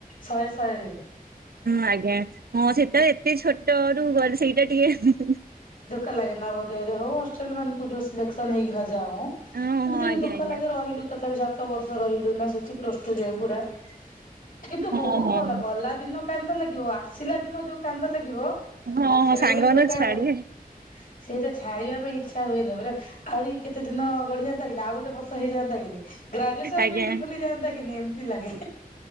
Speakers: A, on the left; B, on the right.
A: ଶହେ ଶହେରେ।
B: ହୁଁ ଆଜ୍ଞା ହଁ ସେତେବେଳେ ଏତେ ଛୋଟ ରୁ ଗଲେ ସେଇଟା ଟିକେ
A: ଧୋକ ଲାଗେ ନବୋଦୟରେ ହଉ ହଷ୍ଟେଲ ମାନଙ୍କୁ ଯୋଉ ସିଲେକ୍ସନ ହେଇକିନା ଯାଉଁ ମତେ
B: ହଁ ହଁ
A: ଟିକେ
B: ଆଜ୍ଞା
A: ଦୁଃଖ
B: ଆଜ୍ଞା
A: ଲାଗେ ରହିଲୁ ତଥାପି ସା ସାତ ବର୍ଷ ରହିଲୁ ନା ସେଠି ପ୍ଲସ ଟୁ ଯାଏ ପୁରା କିନ୍ତୁ
B: ହଁ
A: ବହୁତ
B: ହଁ
A: ଭଲ ଗଲା ଦିନ କାନ୍ଦ ଲାଗିବ ଆସିଲା ଦିନ ଯୋଉ କାନ୍ଦ ଲାଗିବ
B: ହଁ
A: ସେଇଟା
B: ହଁ ସାଙ୍ଗମାନଙ୍କୁ
A: ଗୋଟେ ପ୍ରକାର।
B: ଛାଡିବେ
A: ସେଇଟା ଛାଡ଼ିବା ପାଇଁ ଇଚ୍ଛା ହୁଏନି ପରା ଆହୁରି କେତେ ଦିନ ଗଡ଼ିଯାନ୍ତା କି ନା ଆଉ ଗୋଟେ ବ ତ ହେଇଯାଆନ୍ତା କିିନି ଗ୍ରାଜୁଏସନ
B: ଆଜ୍ଞା
A: ବି ଏଠି ଖୋଲିଯାଆନ୍ତା କିିନି ଏମତି ଲାଗେ।